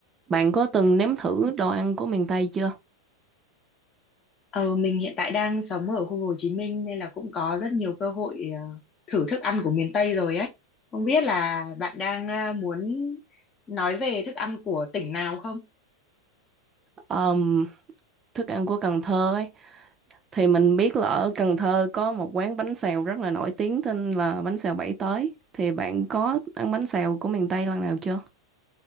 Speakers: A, on the right; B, on the left.
A: Bạn có từng nếm thử đồ ăn của miền Tây chưa?
B: Ờ, mình hiện tại đang sống ở khu Hồ Chí Minh nên là cũng có rất nhiều cơ hội ờ, thử thức ăn của miền Tây rồi ấy. Không biết là bạn đang ờ, muốn nói về thức ăn của tỉnh nào không?
A: Ờm, thức ăn của Cần Thơ ấy thì mình biết là ở Cần Thơ có một quán bánh xèo rất là nổi tiếng tên là bánh xèo Bảy Tới. Thì bạn có ăn bánh xèo của miền Tây lần nào chưa?